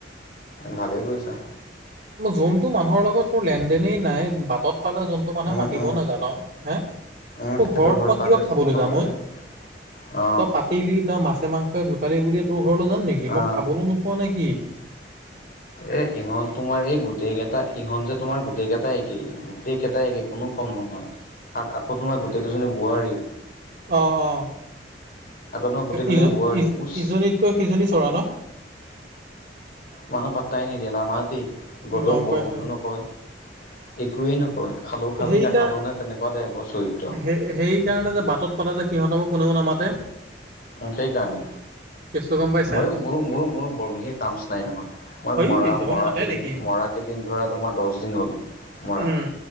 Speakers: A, on the left; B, on the right.
A: ভালেই কৰিছ।
B: যোনটো মানুহৰ লগত তোৰ লেন-দেনেই নাই বাটত- পালে যোনটো মানুহে
A: উম
B: মাতিবও
A: উম
B: নাজান হে,
A: উম
B: তোৰ
A: সেইটো
B: ঘৰত
A: হয়
B: মই
A: তাৰপিছত
B: কিয় খাবলৈ
A: কোন খাব
B: যাম
A: যায়
B: অই
A: অ
B: তই পাতিলি তই মাছে মাংসই গোটালি বুলি তোৰ ঘৰলৈ যাম নেকি,
A: অ
B: মই খাবলৈ নোপোৱা নেকি?
A: এ ইহঁত তোমাৰ এই গোটেই কেইটা ইহঁত যে তোমাৰ গোটেই কেইটাই এ কেই গোটেই কেইটাই একে কোনো কম নহয় আৰু আকৌ তোমাৰ গোটেই কেইজনী বোৱাৰীও।
B: অঁ অঁ,
A: তোমাৰ গোটেইকেইজনী
B: ইজ
A: বোৱাৰী
B: -ইজ-ইজনীতকৈ
A: উচ
B: সিজনী চৰা ন?
A: মানুহ পাত্তাই নিদিয়ে নামাতেই গ'লেও
B: গম
A: বহ
B: পাইছো
A: বুলিও নকয়, একোৱেই নকয়, খালেও খাবি
B: সেই
A: নাখালেও
B: কাৰ
A: নাই তেনেকে প চু <unintelligible>
B: সেই সেইকাৰণে যে বাটত পালে যে সিহঁতকো কোনেও নামাতে
A: সেই কাৰণে,
B: কেছটো গম পাইছা
A: মইয়ো মোৰো মোৰো মোৰো বৰ বিশেষ ট্ৰামচ নাই নহয়। মই
B: হয়
A: মৰা
B: চবক
A: মৰা
B: মাতে
A: কেইদিন
B: নেকি
A: মৰা কেইদিন ধৰা তোমাৰ দশ দিন হ'ল। মৰা
B: উম।